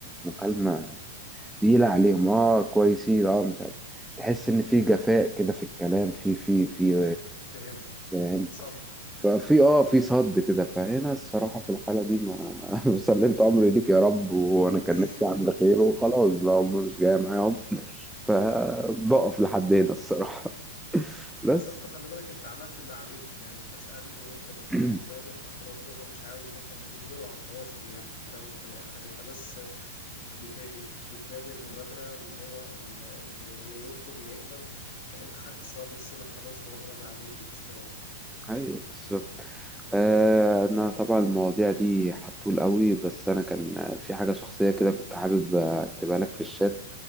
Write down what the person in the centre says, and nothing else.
المكالمه تقيله عليهم اه كويسين اه مش عارف تحس ان في جفاء كده في الكلام في في في
آه،
ففي اه في صد كده فهنا الصراحة في الحالة دي ما <laughs> سلمت أمري ليك يا رب وأنا كان
نفسي أعمل خير وخلاص بقى هم مش جاية معاهم فبقف لحد هنا الصراحة <laughs> بس
<clears throat>
ايوه بالظبط آه انا طبعا المواضيع دي حطول قوي بس انا كان في حاجه شخصيه كده كنت حابب اكتبها لك في الشات